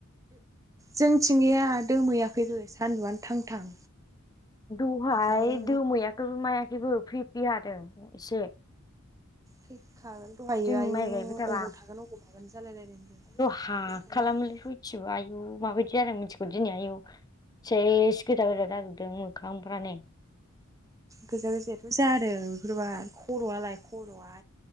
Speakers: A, on the right; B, on the left.
A: जोंथिं गैया दोमैयाखैबो सानदुङानो थां थां।
B: दहाय
A: आयं
B: दोमैयाखैबो मायाखैबो फ्रि फ्रि हादों एसे।
A: थैखागोन दहायो
B: जों
A: आयु
B: माइ गायबाय थाबा
A: अबाव थागोन अबाव मागोन जालायलायदों जों।
B: हा
A: सानदुङा
B: खालामोलै सयथिबो आयौ माबायदि जादों मिथिगौ दिनै आयौ। सेस गोजा गोजा जाजोबदों मोखांफ्रानो।
A: गोजा गोजायाथ' जादों बिफोरबा खर'आलाय खर'आ